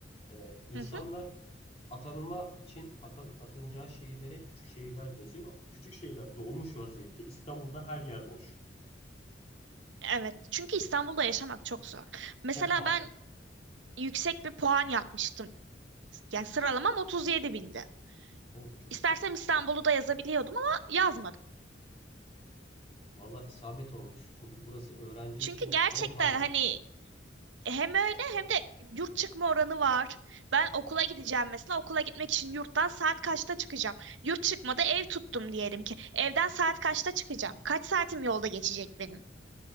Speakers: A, on the left; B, on the right.
A: Ee, insanlar
B: hı hı.
A: atanma için atan, atanacağı şehirlere hep küçük şehirler yazıyor. Küçük şehirler dolmuş vaziyette. İstanbul'da her yer boş.
B: Evet, çünkü İstanbul'da yaşamak çok zor. Mesela
A: Çok pahalı.
B: ben yüksek bir puan yapmıştım. Yani sıralamam 37 bindi.
A: O çok
B: İstersem
A: iyi.
B: İstanbul'u da yazabiliyordum ama yazmadım.
A: Valla isabet olmuş. Çünkü burası öğrenci
B: Çünkü
A: için
B: gerçekten
A: hem pahalı
B: hani Hem öyle hem de yurt çıkma oranı var. Ben okula gideceğim mesela. Okula gitmek için yurttan saat kaçta çıkacağım? Yurt çıkmada ev tuttum diyelim ki. Evden saat kaçta çıkacağım? Kaç saatim yolda geçecek benim?